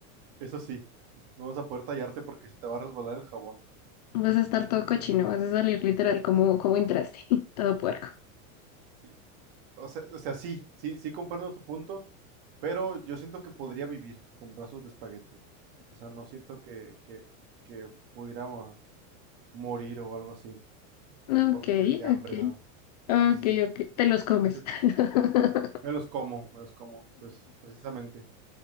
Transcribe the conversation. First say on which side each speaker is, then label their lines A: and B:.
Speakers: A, on the right; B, on the left.
A: eso sí, no vas a poder tallarte porque se te va a resbalar el jabón.
B: Vas a estar todo cochino, vas a salir literal como, como entraste, <laughs> todo puerco.
A: Sí. O sea, o sea, sí, sí, sí comprendo tu punto, pero yo siento que podría vivir con brazos de espagueti. O sea, no siento que, que, que pudiera morir o algo así.
B: Ok,
A: por, de, de hambre,
B: ok.
A: nada.
B: Ok,
A: Entonces,
B: ok, te los comes.
A: yo
B: <laughs>
A: me los como, me los como, pues, precisamente.